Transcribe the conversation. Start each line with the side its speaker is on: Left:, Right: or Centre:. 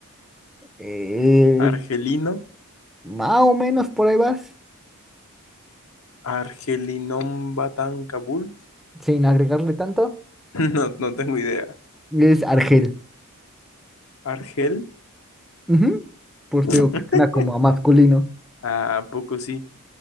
Centre: Eh,
Left: ¿Argelino?
Centre: más o menos por ahí vas,
Left: ¿Argelinom Batán Kabul?
Centre: sin agregarle tanto.
Left: <laughs> No, no tengo idea.
Centre: Es Argel.
Left: ¿Argel?
Centre: Ujú. Pues
Left: <laughs>
Centre: te digo que suena como a masculino.
Left: ¿A poco sí?